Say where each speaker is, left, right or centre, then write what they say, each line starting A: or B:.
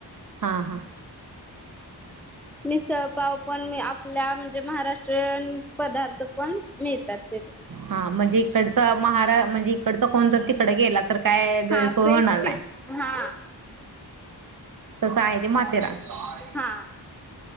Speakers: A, on the right (about 50°); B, in the centre.
A: हां हां
B: मिसळपाव पण मी आपल्या म्हणजे महाराष्ट्रीयन पदार्थ पण मिळतात तिकडे
A: हा म्हणजे इकडचा महारा म्हणजे इकडचा कोण तर तिकडे गेला तर काय गैरसोय
B: हा फ्रेश
A: होणार
B: चिक
A: नाय.
B: हा
A: तस आहे ते माथेरानं
B: हा